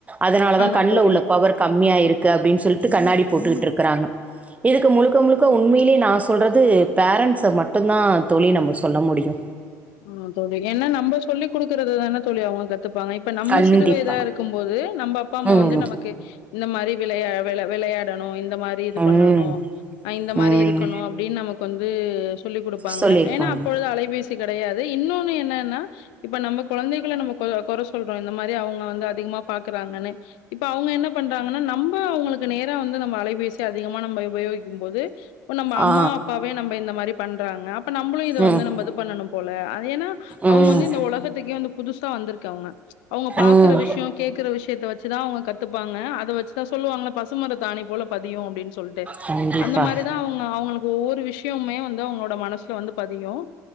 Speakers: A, on the right; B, on the left.
A: அதனால
B: ஆமா
A: தா கண்ல
B: தோழி.
A: உள்ள பவரு கம்மியா இருக் க அப்டீன் சொல்ட்டு கண்ணாடி போட்டுக்குட்டு இருக்குறாங்க இதுக்கு முழுக்க முழுக்க உண்மைலே நாசு சொல்றது பேரன்ட்ஸ மட்டுந்தா தோழி நம்ம சொல்ல முடியு
B: ஆ தோழி ஏனா நம்ப சொல்லி குடுக்குறது தானே தோழி அவுங்க கத்துப்பாங்க ப நம்ம
A: கண்டிப்பா.
B: சிறுவயதாருக்கும் போது நம்ப அப்பா அம்மா
A: ம்.
B: வந்து நமக்கு இந்த மாரி விளையா வெள வெளயாடணு இந் இந்த மாரி இது
A: ம்.
B: பண்ணணு ஆ இந்த மாரி
A: ம்.
B: இருக்கணு அப்டீன் நமக் வந்து சொல்லி குடுப்பாங்க
A: சொல்லிருப்பாங்க
B: ஏன்னா அப்பொழுது அலைபேசி சி கெடையாது இன்னோன்னு என்னன்னா இப்ப நம்ம கொழந்தைகள நம்ம கொ கொற சொல்றோ இந்த மாரி அவுங்க வந்து அதிகமா பாக்குறாங்கன்னு இப்ப அவுங்க என்ன பண்றாங்கன்னா நம்ப அவுங்களுக்கு நேரா வந்து நம்ம அலைபேசி அதிகமா நம்ம உபயோகிக்கும் போது ப நம்ம
A: ஆ
B: அம்மா அப்பாவே நம்ப இந்த மாரி பண்றாங்க ப நம்புளு இத
A: ம்
B: வந்து நம்ப பண்ணணும் போல அ ஏன்னா அவுங்க
A: ம்
B: வந்து இந்த ஒலகத்துக்கே வந்து புதுசா வந்துருக்கவுங்க அவுங்க பாக்குற
A: ம்
B: விஷ்யோ கேக்குற விஷ்யத்த வச்சுதா அவுங்க கத்துப்பாங்க அத வச்சுதா சொல்லுவாங்கள பசுமரத்தாணி போல பதியு அப்டின் சொல்ட்டு
A: கண்டிப்பா
B: அந்த மாரிதா அவுங்க அவுங்களுக் ஒவ்வொ விஷ்யொம்மே வந்து அவுங்ளோட மனசுல வந்து பதியும்